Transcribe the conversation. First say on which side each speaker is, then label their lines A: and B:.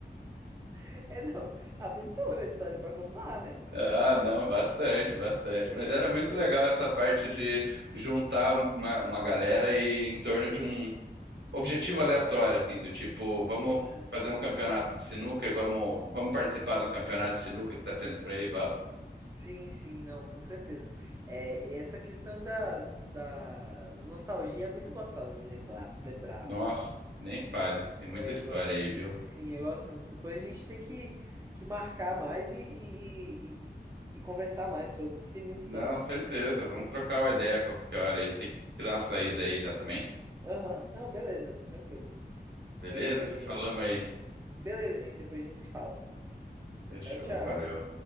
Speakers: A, on the right (about 15°); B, on the right (about 85°).
A: É, é, não, aventura, história pra contar, né?
B: Ah, não, bastante, bastante.
A: É,
B: Mas era
A: não.
B: muito legal essa parte de juntar um, uma, uma galera e em torno de um objetivo aleatório, assim, do tipo,
A: Sim,
B: vamos fazer um campeonato de sinuca e vamos, vamos participar de um campeonato de sinuca que tá tendo por aí, vamos.
A: sim, sim, não, com certeza. É, e essa questão da, da da nostalgia é muito gostosa de lembrar, lembrar,
B: Nossa,
A: né?
B: nem fale,
A: É,
B: tem muita história
A: eu gosto.
B: aí, viu?
A: Sim, eu gosto muito. Depois a gente tem que, que marcar mais e, e, e, e conversar mais sobre, porque tem muita história.
B: Não, certeza. Vamos trocar uma ideia a qualquer hora aí. Tem que dar uma saída aí já também.
A: Aham, não, beleza, tranquilo.
B: Beleza?
A: É.
B: Se falamos aí.
A: Beleza, gente. Depois a gente se fala.
B: Fechou,
A: Tchau, tchau.
B: valeu.